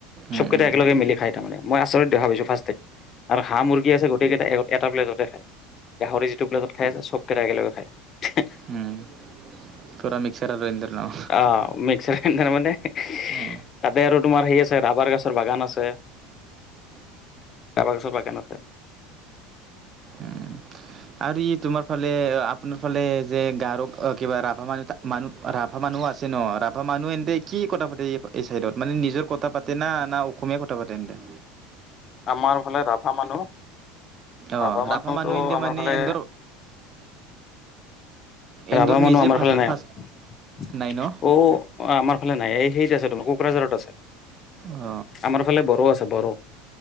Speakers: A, on the right; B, on the left.
A: উম,
B: চবকেইটা
A: উম, উম, উম,
B: একেলগ মিলি খাই তাৰ মানে মই আচৰিত দেখা পাইছো ফাষ্ট টাইম। আৰু হাঁ-মুৰ্গী আছে গোটেইকেইটা এটা প্লেটতে খায়। গাহৰি যিটো প্লেটত খাই চবকেইটা একেলগে খায়।
A: হুম। পুৰা মিক্সৰ আৰ এন্দৰ ন
B: অ মিক্সাৰ গ্ৰাইণ্ডাৰ মানে তাতে
A: উম,
B: আৰু তোমাৰ সেই আছে ৰাবাৰ গছৰ বাগান আছে।
A: <inaudible>
B: ৰাবাৰ গছৰ বাগান আছে।
A: উম। আৰু ই তোমাৰ ফালে আপোনাৰ ফালে যে গাৰোক কিবা ৰাভা মানুহ তা মানুহ ৰাভা মানুহো আছে ন, ৰাভা মানুহ এনেতে কি কথা পাতে এই এই চাইডত, মানে নিজৰ কথা পাতে না না অসমীয় কথা পাতে তেন্তে
B: আমাৰ ফালে ৰাভা মানুহ
A: অ
B: ৰাভা মানুহত
A: মানুহ এন্তে
B: আমাৰ
A: মানে
B: ফালে
A: এন্দৰ
B: ৰাভা
A: এন্দৰ
B: মানুহ
A: নিজে
B: আমাৰ
A: ভাষা
B: ফাল নাই
A: ভাষা
B: অ'
A: নাই ন
B: অ আমাৰ ফালে নাই এই সেই আছে তোমাৰ কোকৰাঝাৰত আছে
A: অ
B: আমাৰ ফালে বড়ো আছে বড়ো